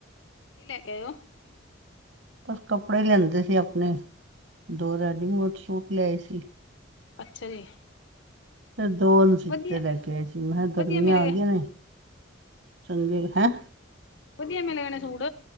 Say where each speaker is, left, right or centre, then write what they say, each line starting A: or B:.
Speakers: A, on the left; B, on the right.
A: ਕੀ ਲੈਕੇ ਆਏ ਉਹ?
B: ਬਸ ਕੱਪੜੇ ਲਿਆਂਦੇ ਸੀ ਆਪਣੇ ਦੋ ਰੈਡੀਮੇਟ ਸੂਟ ਲਿਆਏ ਸੀ।
A: ਅਛਾ ਜੀ।
B: ਸਿਰਫ ਦੋ ਅਨਸੀਤੇ
A: ਵਧੀਆ
B: ਲੈ ਕੇ ਆਏ ਸੀ, ਮੈ ਕਿਹਾ ਗਰਮੀਆਂ
A: ਵਧੀਆ ਮਿਲ ਗਏ
B: ਆ ਗਈਆਂ ਨੇ ਚਾਈਂ ਏ, ਹੈਂ।
A: ਵਧੀਆ ਮਿਲ ਗਏ ਨੇ ਸੂਟ